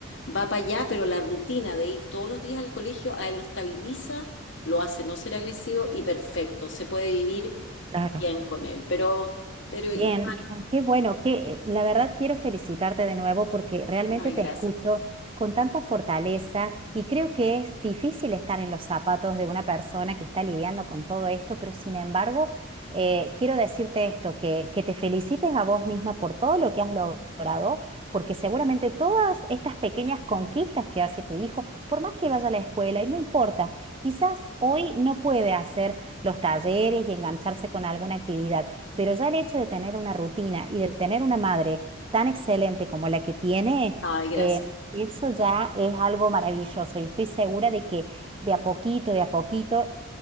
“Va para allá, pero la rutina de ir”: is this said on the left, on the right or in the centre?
Left